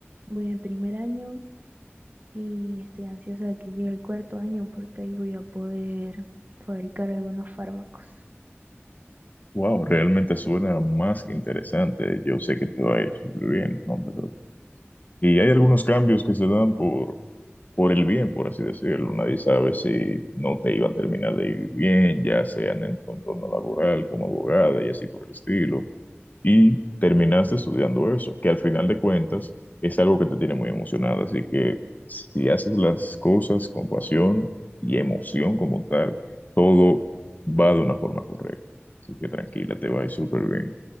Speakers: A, on the right; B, on the left.
A: voy en primer año y estoy ansiosa de que llegue el cuarto año porque ahí voy a poder fabricar algunos fármacos.
B: Wow, realmente suena más que interesante. Yo sé que te va a ir súper bien, no te preocupes. Y hay algunos cambios que se dan por, por el bien, por así decirlo. Nadie sabe si no te iba a terminar de ir bien, ya sea en el entorno laboral, como abogada y así por el estilo. Y terminaste estudiando eso, que al final de cuentas es algo que te tiene muy emocionado. Así que si haces las cosas con pasión y emoción como tal, todo va de una forma correcta. Así que tranquila, te va a ir súper bien.